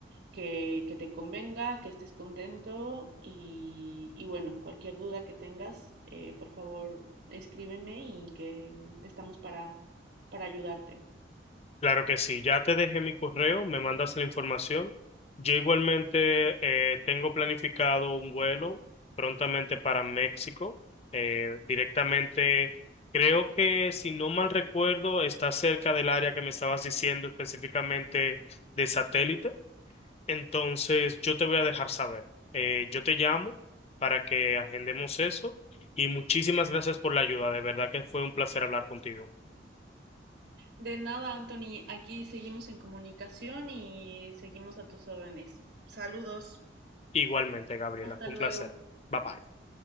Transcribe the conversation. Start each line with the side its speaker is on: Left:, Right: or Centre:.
Right: que, que te convenga, que estés contento y, y bueno, cualquier duda que tengas, eh, por favor escríbeme y que mm, estamos para, para ayudarte.
Left: Claro que sí, ya te dejé mi correo, me mandas la información. Yo igualmente eh, tengo planificado un vuelo prontamente para México. eh, directamente, creo que si no mal recuerdo, está cerca del área que me estabas diciendo específicamente de satélite. Entonces, yo te voy a dejar saber. Eh, yo te llamo para que agendemos eso y muchísimas gracias por la ayuda. De verdad que fue un placer hablar contigo.
Right: De nada, Anthony, aquí seguimos en comunicación y seguimos a tus órdenes. Saludos.
Left: Igualmente, Gabriela,
Right: hasta
Left: fue
Right: luego
Left: un placer. Bye bye.